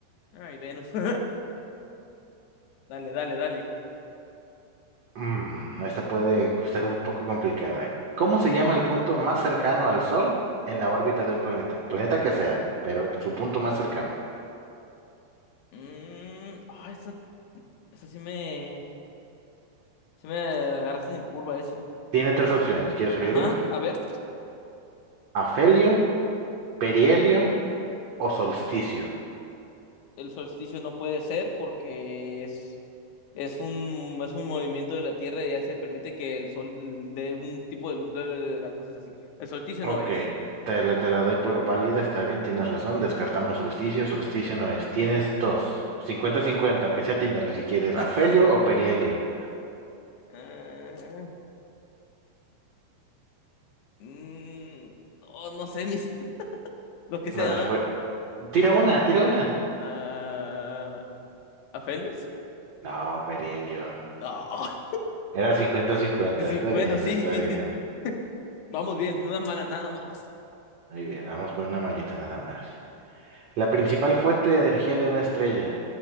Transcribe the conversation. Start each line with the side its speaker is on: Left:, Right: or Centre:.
Left: Ay, Venus. <laughs> Dale, dale, dale.
Right: Mm, esta puede ser un poco complicada.
Left: A
Right: ¿Cómo
Left: ver.
Right: se llama el punto más cercano al Sol en la órbita de un planeta? Planeta que sea, pero su punto más cercano.
Left: Mm, ah, esa, esa sí me, sí me agarraste en curva eso.
Right: Tiene tres opciones, ¿quieres
Left: Ajá,
Right: oírles?
Left: a ver,
Right: Afelio, perihelio o solsticio.
Left: el solsticio no puede ser porque es, es un, es un movimiento de la Tierra y ya se permite que el sol dé un tipo de luz, bla, bla, bla, bla, cosas así. El solsticio
Right: Ok,
Left: no es.
Right: te la, te la doy por válida, está bien, tienes razón. Descartamos solsticio, solsticio no es. Tienes dos. cincuenta-cincuenta, aunque sea tíndalo si quieres.
Left: <laughs>
Right: ¿Afelio o perihelio?
Left: Ah, mm, no, no sé, mis, <laughs> lo que sea,
Right: La respuesta.
Left: ¿verdad?
Right: Tira una, tira una.
Left: Ah, ¿Afelios?
Right: No, perihelio.
Left: Ah,
Right: Era cincuenta-cincuenta,
Left: <laughs> sí, sí,
Right: está
Left: bueno,
Right: bien,
Left: sí,
Right: está
Left: sí,
Right: bien.
Left: sí. Vamos bien, no es mala nada más.
Right: Muy bien, vamos con una malita nada más. La principal fuente de energía de una estrella